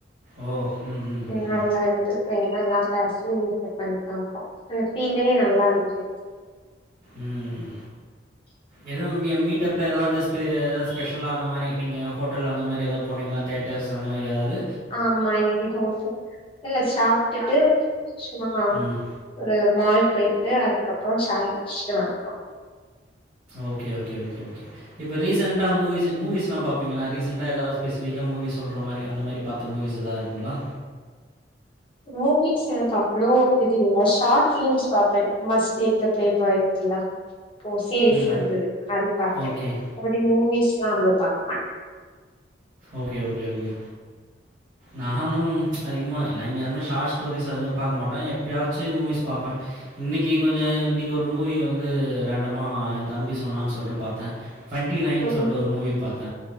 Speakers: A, on the right; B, on the left.
A: ஓ ம் ம் ம்
B: நல்லாருந்து <unintelligible> எல்லாம் பேசி பண்ணிட் தா இருந்தோ அந்த ஃபீலே நல்லாருந்து
A: ம் எதுவு மீ மீட்டப்ல ஏதாவ்து ஸ்பெ எதாவ்து ஸ்பெஷல்லா அந்த மாரி நீங்க ஹோட்டல் அந்த மாரி எதாவ் போனீங்ளா தேட்டர்ஸ் அந்த மாரி எதாவ்து
B: ஆமா இன்னக்கி ஹோட்ட இல்ல சாப்ட்டுட்டு சும்மா
A: ம்.
B: ஒரு மால் போய்ட்டு அதுக்கப் றோ சாயா குடிச்சிட்டு வன்ட்டோ
A: ஓகே ஓகே ஓகே ஓகே இப்ப ரீசன்ண்டா மூவிஸ்ச மூவிஸ் பா பாப்பீங்களா ரீசன்ண்டா ஏதாது ஸ்பெசிஃபிக்கா மூவிஸ் சொல்ற மாரி அந்த மாரி பாத்த மூவிஸ் ஏதா இருக்குங்ளா
B: மூவிஸ் எனக்கு அவ்வளோ இது இல்ல ஷார்ட் பிலிம்ஸ் பாப்பே must take the play boy இருக்குல்லா இப்போ சீரீஸ்
A: ம்.
B: வந்தது அது பாத்த
A: ஓகே.
B: அப்டி மூவிஸ்ல்லா அவ்வளோ பாக்க மாட்ட
A: ஓகே ஓகே ஓகே நானு அதிகமா ஆனா இங்க அதுமே ஷார்ட் ஸ்டோரிஸ் அதுமே பாக்க மாட்ட எப்பயாச்சு மூவீஸ் பாப்பே இன்னிக்கு கொஞ்சோ இன்னிக்கி ஒரு மூவி வந்து ரண்டமா எ தம்பி சொன்னான் சொல்ட்டு பாத்த டுவெண்ட்டி நைன்
B: ம்
A: சொல்ட்டு ஒரு மூவி பாத்த